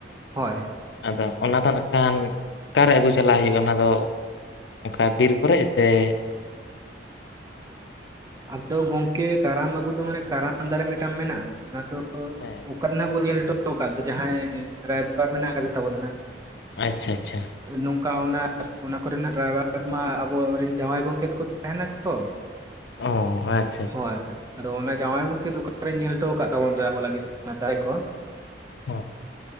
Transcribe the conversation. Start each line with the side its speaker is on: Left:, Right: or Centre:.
Right: ᱦᱳᱭ᱾
Left: ᱟᱫᱚ ᱚᱱᱟ ᱫᱚ ᱱᱟᱜ ᱠᱷᱟᱱ ᱟᱠᱟᱨᱮ ᱟᱹᱜᱩ ᱪᱟᱞᱟᱣ ᱦᱩᱭᱩᱜ-ᱟ ᱚᱱᱟ ᱫᱚ᱾ ᱚᱠᱟ ᱵᱤᱨ ᱠᱚᱨᱮ ᱥᱮ
Right: ᱟᱫᱚ ᱜᱚᱝᱠᱮ ᱠᱟᱨᱟᱢ ᱟᱹᱜᱩ ᱫᱚ ᱢᱟᱱᱮ, ᱠᱟᱨᱟᱢ ᱫᱟᱨᱮ ᱢᱤᱫᱴᱟᱝ ᱢᱮᱱᱟᱜ-ᱟ ᱚᱱᱟ ᱫᱚ
Left: ᱦᱮᱸ
Right: ᱚᱠᱟ ᱨᱮᱱᱟᱜ ᱵᱚᱱ ᱧᱮᱞ ᱴᱚ <inaudible> ᱠᱟᱫ ᱫᱚ ᱡᱟᱦᱟᱸᱭ ᱨᱟᱭᱵᱟᱨ ᱢᱮᱱᱟᱜ ᱟᱠᱟᱫᱮ ᱛᱟᱵᱚᱱᱟ
Left: ᱟᱪᱪᱷᱟ ᱟᱪᱪᱷᱟ᱾
Right: ᱱᱚᱝᱠᱟ ᱚᱱᱟ-ᱚᱱᱟ ᱠᱚᱨᱮᱱᱟᱜ ᱰᱨᱟᱭᱵᱟᱨ ᱢᱟ ᱟᱵᱚᱨᱮᱱ ᱡᱟᱶᱟᱭ ᱜᱚᱝᱠᱮᱛ ᱠᱚ ᱛᱟᱦᱮᱱᱟ ᱠᱚ ᱛᱚ
Left: ᱚ ᱟᱪ
Right: ᱦᱳᱭ, ᱟᱫᱚ ᱚᱱᱟ ᱡᱟᱶᱟᱭ ᱜᱚᱝᱠᱮ ᱫᱚ ᱚᱠᱟ ᱨᱮ ᱧᱮᱞ ᱴᱚ ᱟᱠᱟᱫ ᱛᱟᱵᱚᱱ ᱫᱚᱭ ᱟᱵᱚ ᱞᱟᱹᱜᱤᱫ, ᱱᱟ ᱫᱟᱨᱮ ᱠᱚ᱾
Left: ᱦᱚᱸ᱾